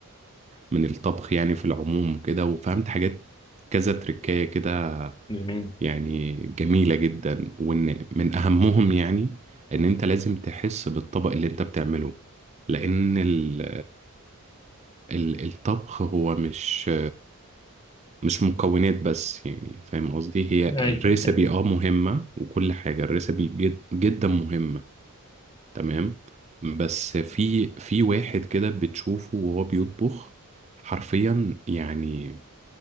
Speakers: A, on the right (about 30°); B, on the left (about 20°).
A: من الطبخ يعني في العموم كده وفهمت حاجات كذا تركاية كده
B: جميل
A: يعني جميلة جدا وان من اهمهم يعني ان انت لازم تحس بالطبق اللي انت بتعمله لان ال ال الطبخ هو مش مش مكونات بس يعني فاهم قصدي هي
B: ايوه
A: الريسبي
B: أيوة.
A: اه مهمة وكل حاجة الريسبي جد جدا مهمة تمام بس في في واحد كده بتشوفه وهو بيطبخ حرفيا يعني